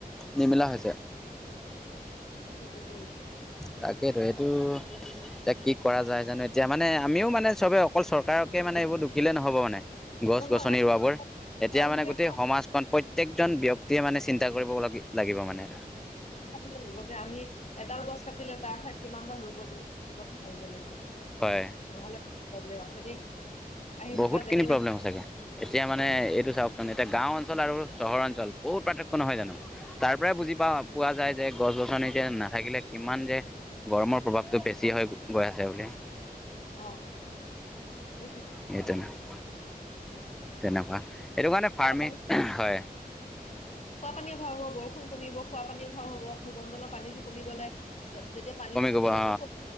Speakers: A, in the centre; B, on the left.
A: নিমিলা হৈছে।
B: সেইটো
A: তাকেইতো সেইটো এতিয়া কি কৰা যায় জানো এতিয়া মানে আমিও মানে চবে অকল চৰকাৰকে মানে এইবোৰ দোষীলে নহ'ব মানে। গছ-গছনি
B: নহয় আমি
A: ৰোৱাবোৰ এতিয়া
B: গাঁৱলীয়া
A: মানে গোটেই
B: কাম
A: সমাজখন প্ৰত্যেকজন ব্যক্তিয়ে মানে চিন্তা কৰিব ল লাগিব মানে।
B: লাগিব যে, আমি এডাল গছ কাটিলে তাৰ ঠাইত কিমানটা ৰুব লাগিব, লাগিব
A: হয়
B: নহলে প্ৰব্লেম আছে দেই। আহি
A: বহুতখিনি
B: থাকা বেলেগ
A: প্ৰব্লেম সঁচাকে এতিয়া মানে এইটো চাওকচোন, এতিয়া গাঁও অঞ্চল আৰু চহৰ অঞ্চল বহুত পাৰ্থক্য নহয় জানো। তাৰ পৰাই বুজি পাও, পোৱা যায় যে। গছ-গছনি যে নাথাকিলে কিমান যে গৰমৰ প্ৰভাৱটো বেছি হৈ গৈ আছে বুলি।
B: অ'। তুমি
A: সেইটোৱে ন। তেনেকুৱা। সেইটো কাৰণে
B: <unintelligible>
A: ফাৰ্মিং হয়
B: খোৱা পানী অভাৱ হ'ব, বৰষুণ কমিব, খোৱা পানী অভাৱ হ'ব, ভূমণ্ডলৰ পানীটো কমি গ'লে। যেতিয়া পানীটো কমি
A: গ'ব অ
B: যাব,